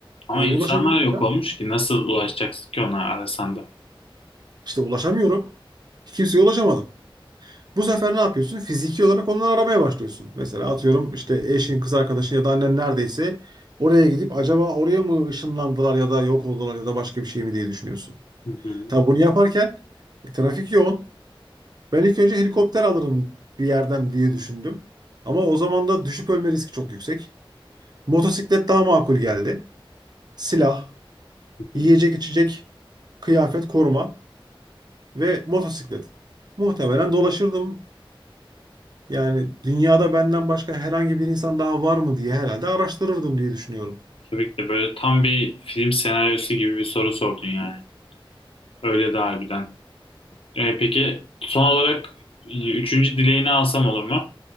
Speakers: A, on the left (about 80°); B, on the right (about 50°).
A: Ama
B: E,
A: insanlar
B: ulaşabilirsem
A: yok olmuş ki nasıl ulaşacaksın ki ona arasan da?
B: işte ulaşamıyorum. Kimseye ulaşamadım. Bu sefer ne yapıyorsun? Fiziki olarak onları aramaya başlıyorsun. Mesela atıyorum işte eşin, kız arkadaşın ya da annen neredeyse oraya gidip acaba oraya mı ışınlandılar ya da yok oldular ya da başka bir şey mi diye düşünüyorsun.
A: Hı hı,
B: Tabii bunu yaparken e, trafik yoğun. Ben ilk önce helikopter alırım bir yerden diye düşündüm. Ama o zaman da düşüp ölme riski çok yüksek. Motosiklet daha makul geldi. Silah,
A: hı hı.
B: yiyecek içecek, kıyafet, koruma ve motosiklet. Muhtemelen dolaşırdım. Yani dünyada benden başka herhangi bir insan daha var mı diye herhalde araştırırdım diye düşünüyorum.
A: Tabii ki de böyle tam bir film senaryosu gibi bir soru sordun yani. Öyle de harbiden. E, peki son olarak e, üçüncü dileğini alsam olur mu?